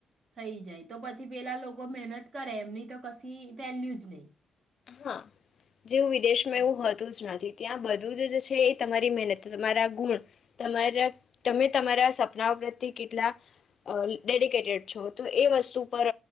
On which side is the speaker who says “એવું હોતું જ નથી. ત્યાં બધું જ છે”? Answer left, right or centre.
Left